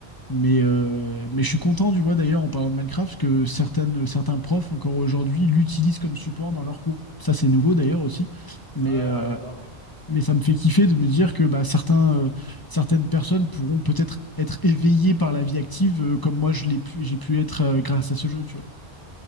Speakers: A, on the left; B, on the right.
A: mais, euh, mais je suis content, tu vois, d'ailleurs, en parlant de Minecraft, que certaines, certains profs encore aujourd'hui l'utilisent comme support dans leurs cours. Ça, c'est nouveau d'ailleurs aussi.
B: Ouais,
A: Mais, euh,
B: ouais, grave.
A: mais ça me fait kiffer de me dire que bah, certains, euh, certaines personnes pourront peut-être être éveillées par la vie active, euh, comme moi je l'ai pu, j'ai pu être euh, grâce à ce jeu, tu vois.